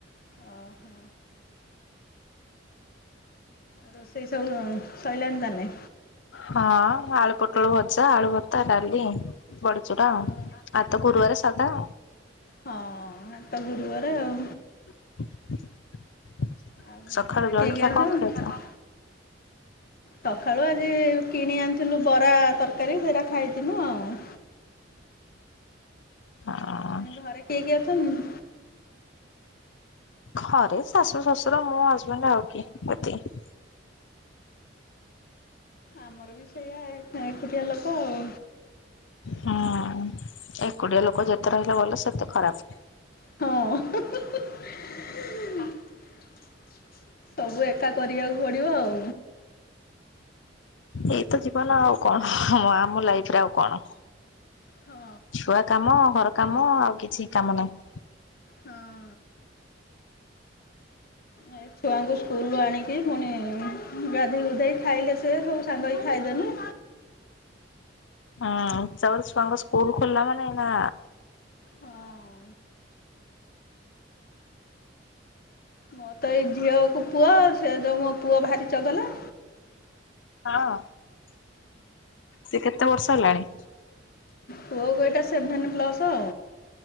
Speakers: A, on the left; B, on the left.
A: ଅ ହ। ରୋସେଇ ସବୁ ସଇଲାଣି ତାନେ।
B: ହଁ ଆଳୁ ପୋଟଳ ଭଜା ଆଳୁ ଭର୍ତ୍ତା ଡାଲି। ବଡିଚୁରା ଆଉ
A: ଓହୋ
B: ଆତ ଗୁରୁବାରେ ସାଧା।
A: ହଁ ଆତ ଗୁରୁବାରେ ଆଉ।
B: <inaudible>
A: ଆଉ
B: ସକାଳୁ
A: ଘରେ
B: ଜଳଖିଆ
A: କିଏ କିଏ
B: କଣ
A: ସବୁ?
B: ଖାଇଛ?
A: ସକାଳୁ ଆଜି କିଣି ଆଣିଥିଲୁ ବରା ତରକାରୀ ସେରା ଖାଇଥିନୁ ଆଉ।
B: ହଁ
A: ମାନେ ଘରେ କିଏ କିଏ ଅଛନ୍ତି?
B: ଘରେ ଶାଶୁ ଶ୍ୱଶୁର ମୁଁ ହଜବେଣ୍ଡ ଆଉ କିଏ ଏତିକି।
A: ଆମର ବି ସେଇଆ ଏକୁଟିଆ ଲୋକ ଆଉ।
B: ହୁଁ ଏକୁଟିଆ ଲୋକ ଯେତେ ରହିଲେ ଭଲ ସେତେ ଖରାପ।
A: ହଁ। ସବୁ ଏକା କରିବାକୁ ପଡ଼ିବ ଆଉ।
B: ଏଇତ ଜୀବନ ଆଉ କଣ ଆମ ଲାଇଫ ରେ ଆଉ କଣ।
A: ହଁ।
B: ଛୁଆ କାମ ଘର କାମ ଆଉ କିଛି କାମ ନାହିଁ।
A: ହଁ। ଏ ଛୁଆଙ୍କୁ ସ୍କୁଲୁ ଆଣିକି ପୁଣି ଗାଧେଇ ଗୁଧାଇ କି ଖାଇଲେ ସେ ସବୁ ସାଙ୍ଗ ହେଇ ଖାଇଦେଲୁ।
B: ହଁ ତାପରେ ଛୁଆଙ୍କ ସ୍କୁଲ ଖୋଲିଲା ମାନେ ଏ ନା
A: ହଁ ମୋ ତ ଏଇ ଝିଅ କୁ ପୁଅ ସେ ଯୋଉ ମୋ ପୁଅ ଭାରି ଚଗଲା।
B: ହଁ, ସିଏ କେତେ ବର୍ଷ ହେଲାଣି?
A: ପୁଅ କୁ ଏଟା ସେଭେନ ପ୍ଲସ।